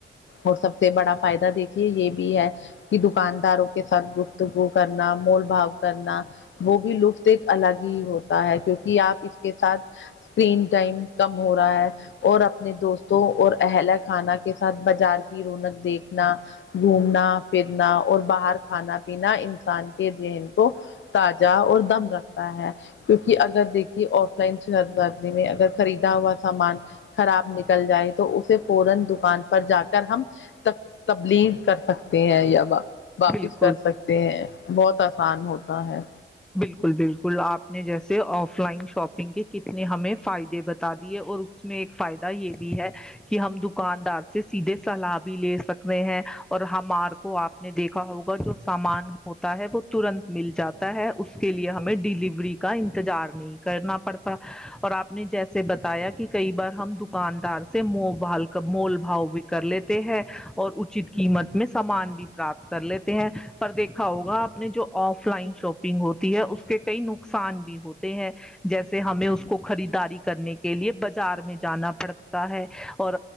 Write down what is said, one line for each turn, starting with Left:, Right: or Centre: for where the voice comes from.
Left: اور سب سے بڑا فائدہ دیکھیے یہ بھی ہے کی دکانداروں کے ساتھ گفتگو کرنا مول بھاؤ کرنا وہ بھی لطف ایک الگ ہی ہوتا ہے کیونکہ آپ اس کے ساتھ اسکرین ٹائم کم ہو رہا ہے اور اپنے دوستوں اور اہلا کھانا کے ساتھ بازار کی رونق دیکھنا گھومنا پھرنا اور باہر کھانا پینا انسان کے ذہن کو تازہ اور دم رکھتا ہے کیونکہ اگر دیکھیے آف لائن شہردی میں اگر خریدا ہوا سامان خراب نکل جائے تو اسے فورن دکھ ان پر جا کر ہم تبلیغ کر سکتے ہیں یا واپس
Centre: بالکل
Left: کر سکتے ہیں بہت آسان ہوتا ہے
Centre: بالکل بالکل آپ نے جیسے آف لائن شاپنگ کے کتنے ہمیں فائدے بتا دیے اور اس میں ایک فائدہ یہ بھی ہے کہ ہم دکاندار سے سیدھے صلاح بھی لے سکتے ہیں اور ہمار کو آپ نے دیکھا ہوگا جو سامان ہوتا ہے وہ ترنت مل جاتا ہے اس کے لیے ہمیں ڈیلیوری کا انتظار نہیں کرنا پڑتا اور آپ نے جیسے بتایا کہ کئی بار ہم دکاندار سے منہ بھال کر مول بھاؤ بھی کر لیتے ہیں اور اچت قیمت میں سامان بھی پراپت کر لیتے ہیں پر دیکھا ہوگا آپ نے جو آف لائن شاپ ہوتی ہے اس کے کئی نقصان بھی ہوتے ہیں جیسے ہمیں اس کو خریداری کرنے کے لیے بازار میں جانا پڑتا ہے اور